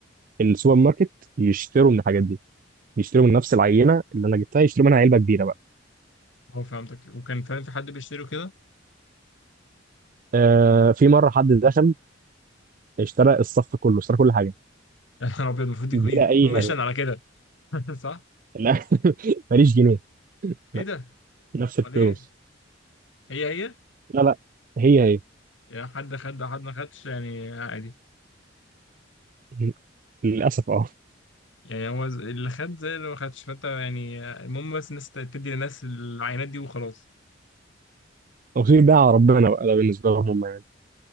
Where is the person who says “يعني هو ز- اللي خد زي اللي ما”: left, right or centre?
Left